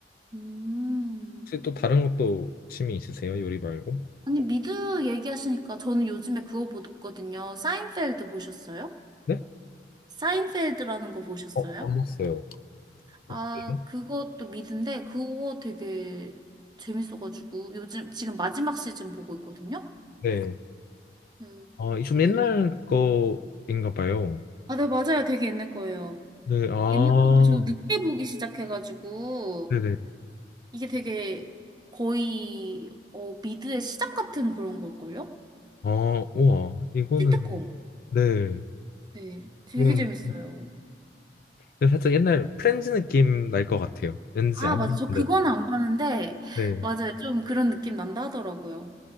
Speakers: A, on the right; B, on the left.
A: 음.
B: 혹시 또 다른 것도 취미 있으세요? 요리 말고?
A: 아니, 미드 얘기하시니까 저는 요즘에 그거 보거든요. 사인펠드 보셨어요?
B: 네?
A: 사인펠드라는 거 보셨어요?
B: 어, 안 봤어요.
A: 아,
B: 네.
A: 그것도 미드인데, 그거 되게 재밌어가지고, 요즘, 지금 마지막 시즌 보고 있거든요?
B: 네.
A: 음,
B: 아, 좀
A: 네.
B: 옛날 거인가 봐요.
A: 아, 네, 맞아요. 되게 옛날 거예요.
B: 네. 아.
A: 옛날 건데, 저도 늦게 보기 시작해가지고,
B: 네네.
A: 이게 되게 거의, 어, 미드의 시작 같은 그런 걸걸요?
B: 아, 우와. 이거는,
A: 시트콤.
B: 네.
A: 네. 되게
B: 이건,
A: 재밌어요.
B: 근데 살짝 옛날 프렌즈 느낌 날 것 같아요. 왠지
A: 아,
B: 안
A: 맞아.
B: 봤는데도.
A: 저 그거는 안 봤는데,
B: 네.
A: 맞아요. 좀 그런 느낌 난다 하더라고요.